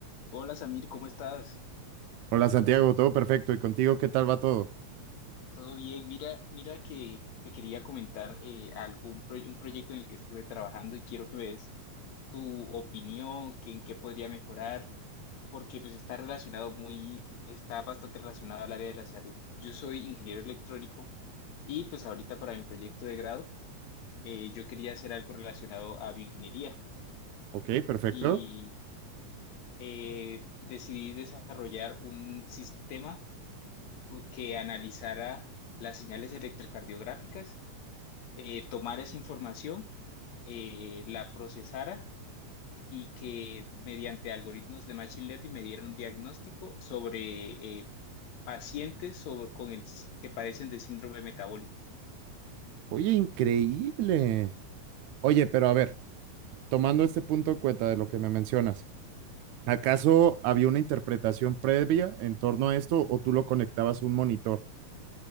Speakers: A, on the left; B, on the right.
A: Hola Samir, ¿cómo estás?
B: Hola Santiago, todo perfecto. ¿Y contigo qué tal va todo?
A: ¿Todo bien? Mira, mira que te quería comentar eh, algún proy- un proyecto en el que estuve trabajando y quiero que me des tu opinión, que en qué podría mejorar, porque pues está relacionado muy, está bastante relacionado al área de la salud. Yo soy ingeniero electrónico y pues ahorita para mi proyecto de grado eh, yo quería hacer algo relacionado a bioingeniería
B: Ok, perfecto.
A: y eh, decidí desarrollar un sistema que analizara las señales electrocardiográficas, eh, tomara esa información, eh, la procesara y que mediante algoritmos de Machine Learning me diera un diagnóstico sobre eh, pacientes sobre- con el, que padecen de síndrome metabólico.
B: Oye, increíble. Oye, pero a ver, tomando este punto en cuenta de lo que me mencionas, ¿acaso había una interpretación previa en torno a esto o tú lo conectabas a un monitor?